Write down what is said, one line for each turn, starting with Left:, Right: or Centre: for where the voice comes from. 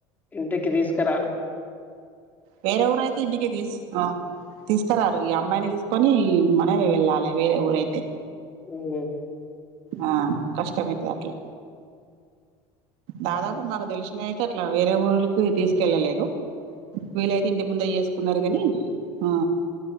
Left: ఇంటికి తీసుకురాల
Right: వేర ఊరయయితే ఇంటిక తీస్ ఆ తీసుకో రారు ఈగా అమ్మాయిని తీసుకొని మనమ వెళ్ళాలి వేరే ఊరైతే
Left: ఉమ్
Right: ఆ కష్టమైతది అట్లా దాదాపు మాకు తెలిసిన అయితే అట్లా వేరే ఊర్లకి తీసుకెళ్ళలేదు వీళ్లైతే ఇంటి ముంద చేసుకున్నారు కాని ఆ